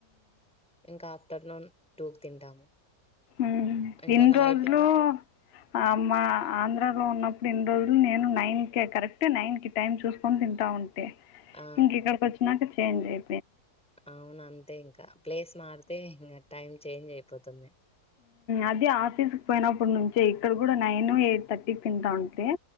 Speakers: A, in the centre; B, on the left.
A: ఇంక ఆఫ్టర్నూన్ టూక్ తింటాము
B: ఉ
A: ఇంకా
B: ఇన్
A: నైట్
B: రోజులు
A: కి
B: ఆ మా ఆంధ్రలో ఉన్నప్ రెండు రోజులు నేను నైన్ కె కరెక్ట్ నైన్ కి టైమ్ చూసుకొని తింటా ఉం
A: ఆ
B: ఇంక ఇక్కడికి వచ్చినాక చేంజ్ అయి
A: అవును అంతే ఇంక ప్లేస్ మారితే ఇంగ టైమ్ చేంజ్ అయిపోతుంది
B: అది ఆఫీస్ పోయినప్పుడు నుంచి ఇక్కడ కూడా నైన్ ఎయిట్ థర్టీకి తింటాను ఎ